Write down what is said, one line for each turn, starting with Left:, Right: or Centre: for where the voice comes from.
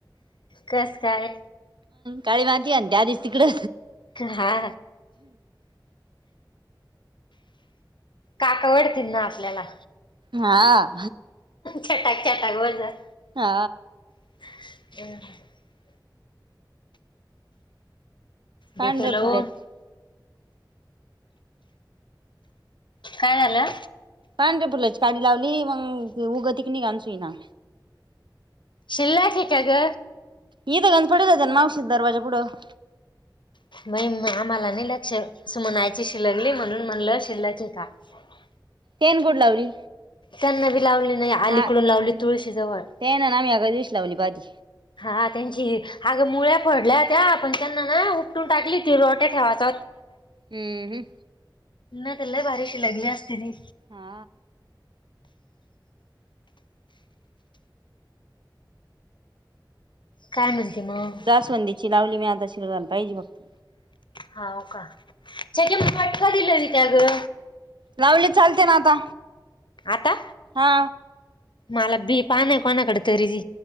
Left: कस काय
Right: गाडी मातीी आणि त्या दिस तिकडे
Left: हा काकवडतील ना आपल्याला
Right: हा
Left: छटाक छटाक बजर
Right: हा
Left: ह देतो
Right: हडे
Left: लवून
Right: फढच
Left: काय झालं
Right: पांढरे पुुलाची काडी लावली मग उगं तिक निघालचई ना
Left: शिल्ल ठे का ग
Right: इद गंत पडला जन मावशी दरवाजा पुढं
Left: मई आम्हाला नाही लक्ष म्हणायची शिलगली म्हणून म्हणलं शिलके का ह
Right: तेन गोड लावली
Left: त्यांना बी लावली नाही आलीकडून
Right: हा
Left: लावली तुळशी जवळ
Right: त्यान ना आम्ही एका दिवशी लावली बाजी
Left: हा त्यांची अगं मुळ्या फडल्या होत्या पण त्यांना ना उपटून टाकली ती रोट्या ठेवायच
Right: हम्म
Left: ना ल्याला बारिश लगली असथची
Right: हा
Left: काय म्हणते मग
Right: दासवंदीची लावली मी आता शिर पाहिजे फक्त
Left: होा का त्याच्या म आटक दिलं र त्या ग
Right: लावली चालते ना आता
Left: आता
Right: हा
Left: मला बी पा नाही कोणाकडे तरीी